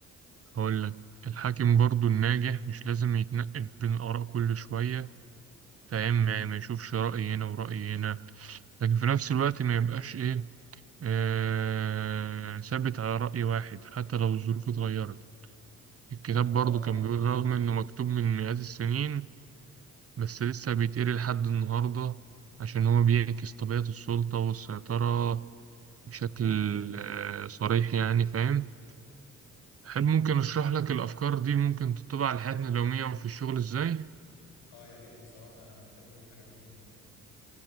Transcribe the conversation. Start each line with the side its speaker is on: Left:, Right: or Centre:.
Right: هقول لك الحاكم برضو الناجح مش لازم يتنقل بين الآراء كل شوية فاهم ما ما يشوفش رأي هنا ورأي هنا لكن في نفس الوقت ما يبقاش إيه آه ثابت على رأي واحد حتى لو الظروف اتغيرت الكتاب
Left: آه
Right: برضو كان بيقول رغم إنه مكتوب من مئات السنين بس لسه بيتقري لحد النهاردة عشان هو بيعكس طبيعة السلطة والسيطرة بشكل
Left: مظبوط
Right: آه صريح يعني فاهم أحب ممكن أشرح لك الأفكار دي ممكن تطبق على حياتنا اليومية وفي الشغل إزاي
Left: آه يا ريت بصراحة أنا مهتم بالحاجات دي جدا